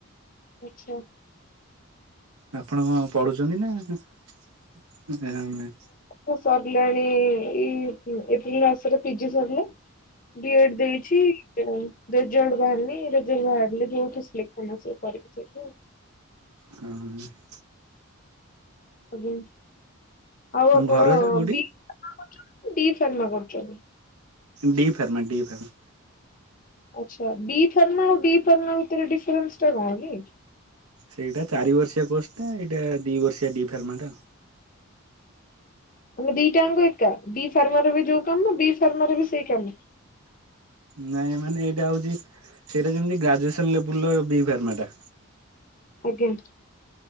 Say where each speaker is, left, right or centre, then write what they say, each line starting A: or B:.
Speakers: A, on the left; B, on the right.
A: ଆଚ୍ଛା।
B: ଆପଣ କଣ ପଢୁଛନ୍ତି ନା ଆଁ ଆ
A: ହଁ ସରିଲାଣି ଏଇ ଏପ୍ରିଲ ମାସରେ ପିଜି ସରିଲା। ବିଏଡ଼ ଦେଇଛି। ରେଜଲ୍ଟ ବାହାରିନି ରେଜଲ୍ଟ ବାହାରିଲି ଯୋଉଠୁ ସିଲେକ୍ସନ ଆସିବ କରିବି ସେଇଠି।
B: ହୁଁ ସେ।
A: ଆଜ୍ଞା ଆଉ ଆପଣ
B: ଘରଟା କୋଉଠି?
A: ବି ଫାର୍ମା ଡି ଫାର୍ମା କରୁଛନ୍ତି?
B: D pharma D pharma.
A: ଆଚ୍ଛା ବି ଫାର୍ମା ଆଉ ଡି ଫାର୍ମା ଭିତରେ ଡିଫରେନ୍ସଟା କଣ କି?
B: ସେଇଟା ଚାରି ବର୍ଷିଆ କୋର୍ସଟା ଏଇଟା ଦି ବର୍ଷିଆ ଡି ଫାର୍ମାଟା।
A: ମାନେ ଦିଟା ଯାକ ଏକା ଡ଼ି ଫାର୍ମର ବି ଯୋଉ କାମ ବି ଫାର୍ମର ବି ସେଇ କାମ।
B: ନାଇଁ ମାନେ ଏଇଟା ହଉଚି ସେଇଟା ଯେମିତି ଗ୍ରାଜୁଏସନ ଲେବୁଲର ବି ଫାର୍ମା ଟା।
A: ଆଜ୍ଞା।